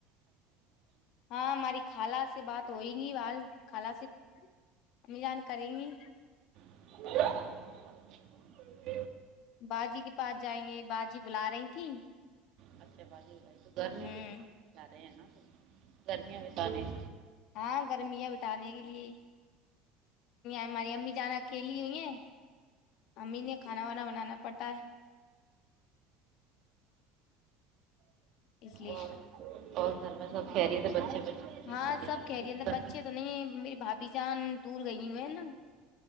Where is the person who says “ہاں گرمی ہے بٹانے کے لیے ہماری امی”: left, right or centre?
Left